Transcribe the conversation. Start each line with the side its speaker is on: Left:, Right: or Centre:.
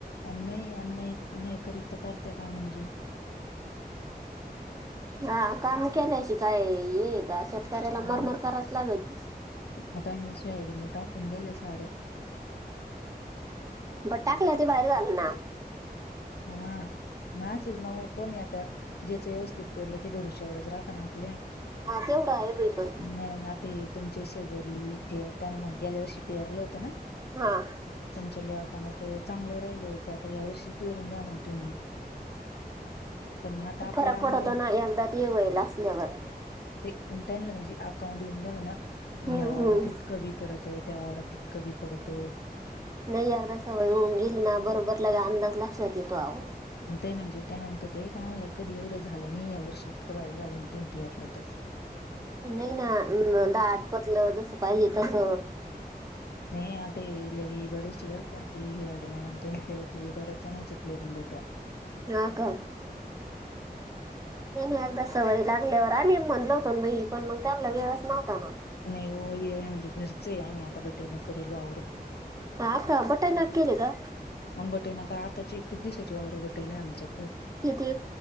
Left: नाही आणि नाही. नाही करीत तर करत काममजून
Right: हा काम केल्याशी काय आहे हे का शेतकऱ्याला
Left: हुं
Right: मरमर करावच लागत
Left: आता या सोयाबीनवर टाकून झाल्या साड्या.
Right: बट टाकलं ते बाहेर झालं ना.
Left: हा म असच नाव कोणी आता, ज्याच व्यवस्थित पेरलं ते भरू शक तेवढंच राहत ना आपल्या,
Right: हा तेवढं आहे बाई पण
Left: म आता हे तुमचे शेजारी गेल्या वर्षी पेरलं होतं ना?
Right: हा
Left: <unintelligible> दुकानात चांगलं राहिलं होत आता या वर्षी पेरून द्या म्हणते तुम्ही पण मग आता
Right: खूप
Left: आपलं
Right: फरक
Left: आवरण
Right: पडतो ना एकदा ते येऊईल असल्यावर
Left: ते त्यांना म्हणजे अकाउंट येऊन गेलं ना, की
Right: हम्म
Left: ह्या वावरातत
Right: हम्म
Left: कमी पडतं, त्या वावरात कमी पडत.
Right: नाही अगदा सवय होऊन गेली ना बरोबर लग अंदाज लक्षात येतो आवो.
Left: आणि ते म्हणजे तेय म्हणत ते कामलं कधी एवढं झालं नाही या वर्षी इतकं भारी झालं त पेरलं तर
Right: नाही ना दाट पतलं जस पाहिजे तस
Left: नाही आता याया लगी बरीेचशी वर काते हिवाडी मॅडम त्यां होती बऱ्याच जणांच उपयोगून. <unintelligible>
Right: ना का नाही नाही एकदा सवय लागल्यावर आली म्हनलो होतो बइ, पण मग त्याला वेळच नव्हता ना.
Left: नाही म्हणजे घरचं आहे. आणि आता बटई न करेल वावरून
Right: हा का बटई नाबाकीन आहे का?
Left: नंबटे ना का आताची कि दिवसाची वावर बटेना आमच्याकडं.
Right: किती?